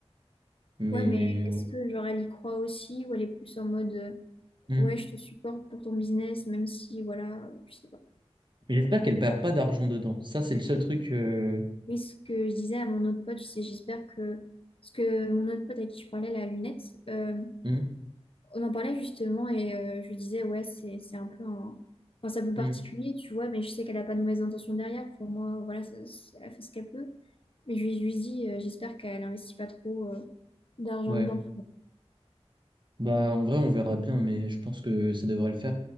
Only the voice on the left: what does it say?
Ouais, mais est-ce
que, genre, elle y croit aussi ou elle est plus en mode, euh,
ouais, je te supporte pour ton business, même si, voilà, euh, je sais pas.
Oui, ce que je disais à mon autre pote, je sais, j'espère que... Parce que mon autre pote avec qui je parlais, la lunette, euh,
on en parlait justement et euh, je lui disais, ouais, c'est, c'est un peu un... Enfin, c'est un peu particulier,
tu vois, mais je sais qu'elle n'a pas de mauvaises intentions derrière. Pour moi, voilà, ça- ça- elle fait ce qu'elle peut. Mais je lui, je lui dis, euh, j'espère qu'elle n'investit pas trop euh, d'argent
dedans